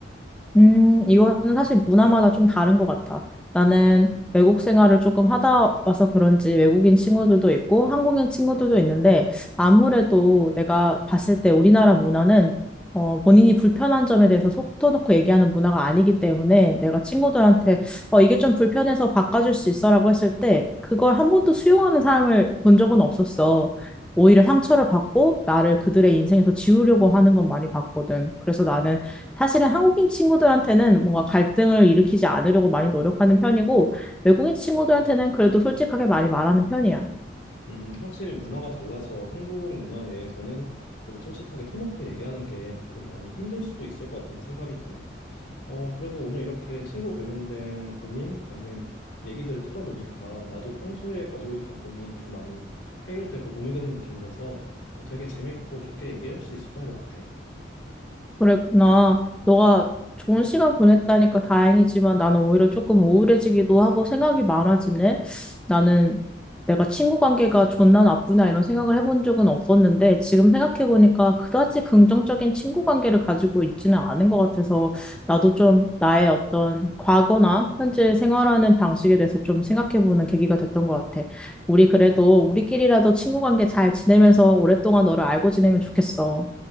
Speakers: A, in the centre; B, on the left.
A: 음, 이거는 사실 문화마다 좀 다른 것 같아. 나는 외국 생활을 조금 하다 와서 그런지 외국인 친구들도 있고 한국인 친구들도 있는데 아무래도 내가 봤을 때 우리나라 문화는 어, 본인이 불편한 점에 대해서 속 터놓고 얘기하는 문화가 아니기 때문에 내가 친구들한테 어, 이게 좀 불편해서 바꿔줄 수 있어라고 했을 때 그걸 한 번도 수용하는 사람을 본 적은 없었어. 오히려 상처를 받고 나를 그들의 인생에서 지우려고 하는 건 많이 봤거든. 그래서 나는 사실은 한국인 친구들한테는 뭔가 갈등을 일으키지 않으려고 많이 노력하는 편이고, 외국인 친구들한테는 그래도 솔직하게 많이 말하는 편이야.
B: 음, 확실히 문화가 달라서 한국 문화 내에서는 그렇게 솔직하게 터놓고 얘기하는 게 조금 많이 힘들 수도 있을 것 같다는 생각이 드네. 어, 그래도 오늘 이렇게 친구 관련된 고민 아니면 얘기들을 털어놓으니까 나도 평소에 가지고 있던 고민이 좀 많이 해결되고 공유되는 느낌이라서 어, 되게 재밌고 좋게 얘기할 수 있었던 것 같아.
A: 그랬구나. 너가 좋은 시간 보냈다니까 다행이지만 나는 오히려 조금 우울해지기도 하고 생각이 많아지네. 나는 내가 친구 관계가 좋나 나쁘나 이런 생각을 해본 적은 없었는데 지금 생각해보니까 그다지 긍정적인 친구 관계를 가지고 있지는 않은 것 같아서 나도 좀 나의 어떤 과거나 현재 생활하는 방식에 대해서 좀 생각해보는 계기가 됐던 것 같아. 우리 그래도 우리끼리라도 친구 관계 잘 지내면서 오랫동안 너를 알고 지내면 좋겠어.